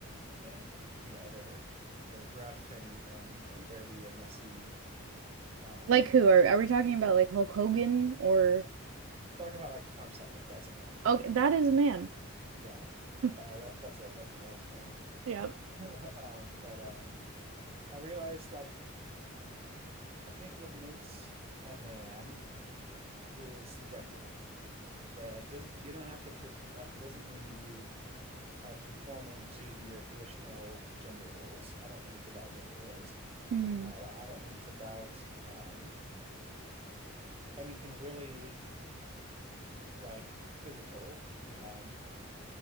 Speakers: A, on the right; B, on the right.
A: manly. You know, they're they're gruff and and and dirty and messy. Um,
B: Like who are are we talking about like Hulk Hogan or
A: talking about like Tom Selleck, that's a man to
B: oh
A: me.
B: that is a man.
A: Yeah,
B: <laughs>
A: uh, that that's a that's a man's man. <laughs>
B: Yep.
A: Um, but um, I realized like I think what makes a man is subjective, right? Like just you don't have to tr like it doesn't mean that you are conforming to the, your traditional gender roles. I don't think it's about gender roles.
B: Hmm.
A: Uh, I don't, I don't think it's about um, anything really like physical. Um,